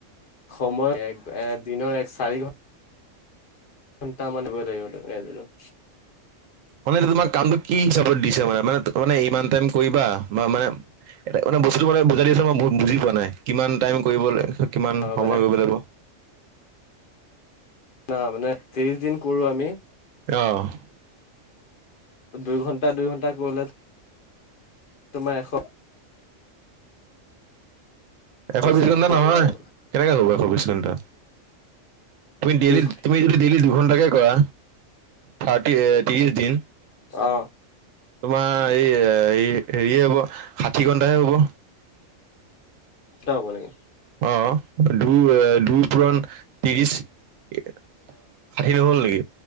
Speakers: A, on the left; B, on the right.
A: সময় এক দিনৰ এক চাৰি ঘন্টা ঘণ্টা মান দিবই লাগিব তুমি এদিনত।
B: মানে তোমাৰ কামটো কি হিচাপত দিছে মানে মানে মানে ইমান টাইম কৰিবা বা মানে এ মানে বস্তু মানে বুজাই দিছ মই বুজি পোৱা নাই কিমান টাইম কৰিব কিমান
A: অ
B: সময়
A: মানে
B: কৰিব লাগিব।
A: না মানে ত্ৰিশ দিন কৰো আমি
B: অ',
A: দুই ঘণ্টা দুই ঘণ্টা কৰিলে তোমাৰ এশ
B: এশ
A: বুইছা
B: বিশ ঘণ্টা
A: লাগে
B: নহয়
A: আৰু
B: কেনেকে যাব এশ বিশ ঘণ্টা? তুমি ডেইলি
A: বিশ
B: তুমি যদি ডেইলি দুঘণ্টাকে কৰা থাৰ্টি ত্ৰিশ দিন
A: অ
B: তোমাৰ এই হেৰিয়ে হব ষাঠি ঘন্টাহে হব।
A: চ হ'ব নেকি?
B: অ', দু দুই পুৰণ ত্ৰিশ ষাঠি নহ'ল নেকি?